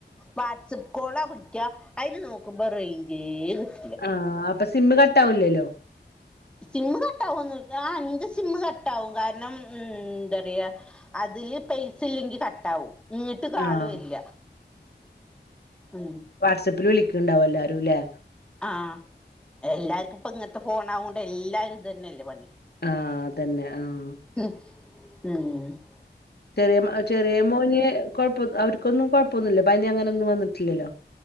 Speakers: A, in the centre; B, on the left.
A: വാട്സഅപ്പ് കോളാ വിളിക്ക അതിന് നോക്കുമ്പോ റയിഞ്ചേ കി
B: ആഹ് അപ്പൊ സിമ്മ് കട്ട ആവൂല്ലല്ലോ
A: സിമ്മ് കട്ട ആവൊന്നു ആ ഇഞ്ചേ സിമ്മ് കട്ട ആവും കാരണം ഉം എന്ത പറയാ അതില് പൈസ ഇല്ലെങ്കി കട്ട ആവും ഇങ്ങട്ട് കാളുവരില്യ
B: ആഹ്
A: ഉം
B: വാട്സ്അപ്പിൽ വിളിക്ക്ണ്ടാവും എല്ലാരുംല്ലെ?
A: ആഹ് എല്ലാർക്കും ഇപ്പ ഇങ്ങത്തെ ഫോൺ ആവോണ്ട് എല്ലാരും ഇത് തന്നെയല്ലേ പണി
B: ആഹ് അതന്നെ ആഹ്
A: ഉം
B: ചെറിയ ചെറിയ മോന് കൊഴപ്പ അവർക്കൊന്നും കൊഴപ്പൊന്നുല്ല പനി അങ്ങനൊന്നും വന്നിട്ടില്ലല്ലോ?